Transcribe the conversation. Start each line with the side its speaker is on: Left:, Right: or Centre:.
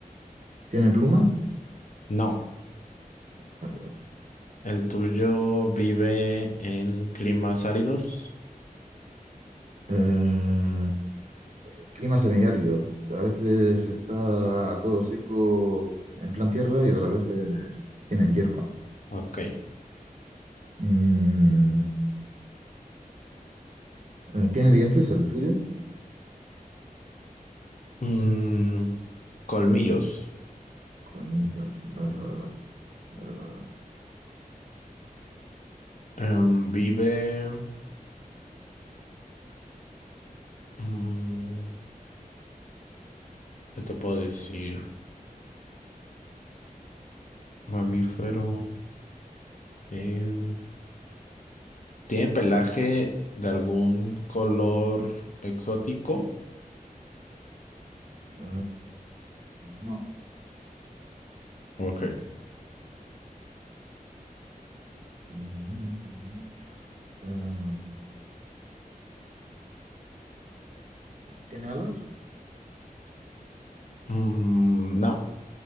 Right: ¿tiene plumas?
Left: No,
Right: Vale, vale.
Left: el tuyo vive en climas áridos.
Right: Eh, Clima semiárido. A veces está todo seco en plan tierra y otras veces tienen hierba.
Left: Ok.
Right: Mm, eh, ¿Tiene dientes el tuyo?
Left: Mm, colmillos.
Right: Colmillos. Vale, vale, vale. Vale, vale, vale.
Left: Em, vive. mm, ¿qué te puedo decir? Mamífero. em, ¿tiene pelaje de algún color exótico?
Right: Eh, no.
Left: Ok.
Right: Mm, eh, ¿tiene alas?
Left: Mm, no.